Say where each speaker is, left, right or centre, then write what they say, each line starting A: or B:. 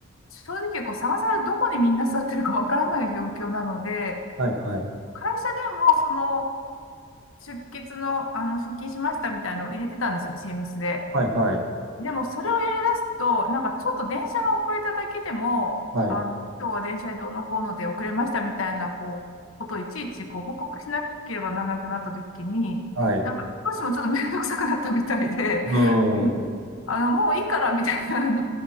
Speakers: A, on the left; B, on the right.
A: 正直、こう、さまさまどこでみんな座ってるかわからない状況なので、
B: はいはい。
A: 会社でも、その、出血の、あの、出勤しましたみたいなのを入れてたんですよ、チームスで。
B: はいはい。
A: でも、それをやり出すと、なんか、ちょっと電車が遅れただけでも、
B: はい
A: あの、今日は電車でどうのこうので遅れましたみたいな、こう、ことをいちいち、こう、報告しなければならなくなったときに、
B: はい。う
A: なんか、どうしてもちょっと面倒くさくなったみたいで、
B: ー
A: うん
B: ん。
A: あの、もういいからみたいな、あの、